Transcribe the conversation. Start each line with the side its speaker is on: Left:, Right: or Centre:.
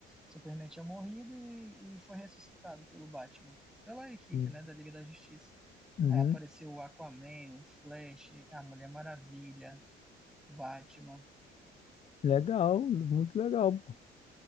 Centre: Superman tinha morrido e, e foi ressuscitado pelo Batman, pela equipe,
Left: Hum,
Centre: né, da Liga da Justiça.
Left: uhum.
Centre: Aí apareceu o Aquaman, o Flash, a Mulher Maravilha, Batman,
Left: Legal, muito legal, pô.